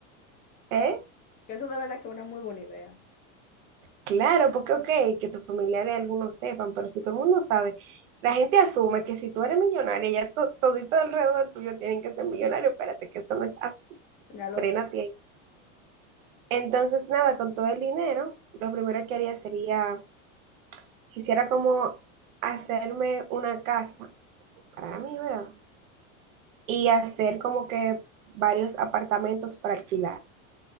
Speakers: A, on the right (about 85°); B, on the left (about 25°).
A: Entonces,
B: Que eso de verdad que es una muy buena idea.
A: Claro, porque ok, que tus familiares algunos sepan, pero si todo el mundo sabe, la gente asume que si tú eres millonaria, ya to- todito alrededor tuyo tienen que ser millonarios, espérate que eso no es así,
B: Ya lo
A: frénate
B: sabes.
A: ahí. Entonces, nada, con todo el dinero, lo primero que haría sería, quisiera como hacerme una casa para mí, ¿verdad? Y hacer como que varios apartamentos para alquilar.